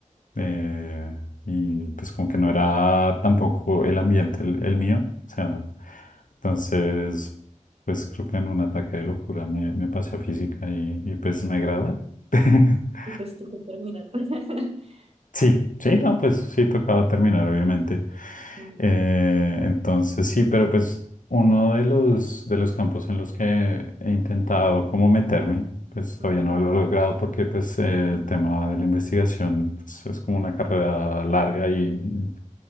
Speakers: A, on the left; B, on the right.
A: eh, y pues como que no era tampoco el ambiente el, el mío, o sea, entonces, pues creo que en un ataque de locura me, me pasé a física y, y pues me agrada. <laughs>
B: Y pues tocó terminar. <laughs>
A: Sí, sí, no, pues sí tocaba terminar, obviamente.
B: Ujú,
A: Eh, entonces sí, pero pues uno de los, de los campos en los que he intentado como meterme, pues
B: ujú.
A: todavía no lo he logrado porque pues eh, el tema de la investigación pues, es como una carrera larga y,